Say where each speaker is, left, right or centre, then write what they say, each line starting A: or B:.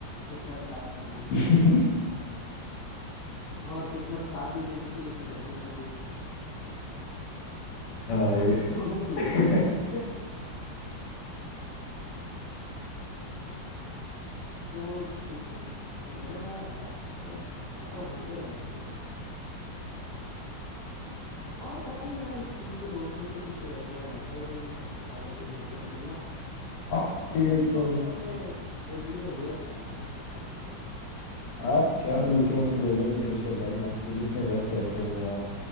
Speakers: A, on the left; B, on the left.
A: किस्मत साथ नहीं देती
B: <laughs>
A: है और किस्मत साथ भी दे देती है कि जल्दी शादी हो जाती है
B: हाँ
A: तो
B: ये
A: <laughs> दोनों चीजें
B: <laughs>
A: हैं <laughs> तो बिल्कुल मजेदार है यार मतलब ऐसा होते रहना चाहिए और पता नहीं यार स्कूल के दोस्तों से कुछ ऐसा रहता ही नहीं है ज्यादा कोई मिलना जुलना
B: आप
A: पता
B: भी
A: नहीं
B: यही
A: सब
B: तो
A: अपने अपने जिंदगी में व्यस्त है यार पता नहीं क्या
B: आप क्या दूसरों को बोलोगे ऋषभ भाई आप खुद इतने व्यस्त रहते हो आप